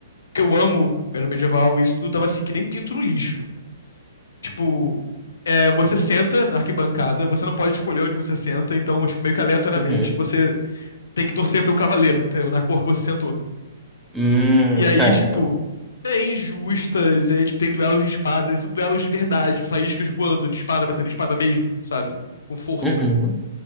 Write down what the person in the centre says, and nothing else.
Uhum.
Hum,
certo.
Uhum.